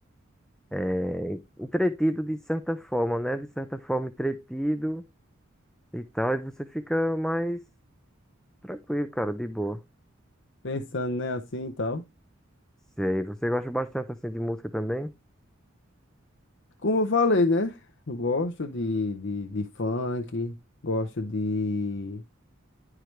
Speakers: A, in the centre; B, on the left.
A: é, entretido de certa forma, né? De certa forma entretido e tal, e você fica mais tranquilo, cara, de boa.
B: Pensando, né, assim e tal.
A: Sei, você gosta bastante, assim, de música também?
B: Como eu falei, né? Eu gosto de, de, de funk, gosto de.